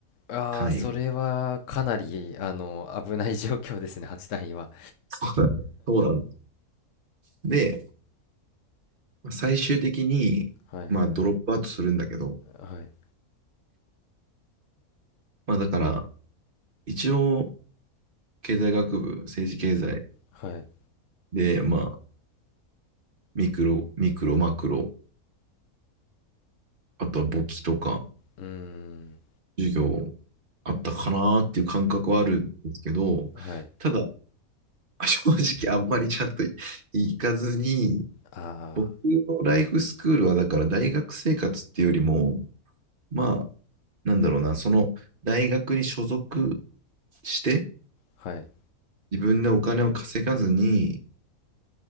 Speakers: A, on the left; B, on the right.
A: ああ、
B: 単位が。
A: それはかなり、あの、危ない <laughs> 状況ですね、8単には。
B: <laughs> そうなんだ。そうなんだ。で、まあ最終的に、
A: はい。
B: まあ、ドロップアウトするんだけど、
A: はい。
B: まあ、だから、一応、経済学部、政治経済
A: はい。
B: で、まあ、ミクロ、ミクロ、マクロ、あとは簿記とか、
A: うーん。
B: 授業あったかなーっていう感覚はあるんですけど、
A: はい。
B: ただ、<laughs> 正直あんまりちゃんと行かずに、
A: あ
B: 僕のライフスクールはだから大学生活っていうよりも、まあ、なんだろうな、その大学に所属して、
A: あ、はい。
B: 自分でお金を稼がずに、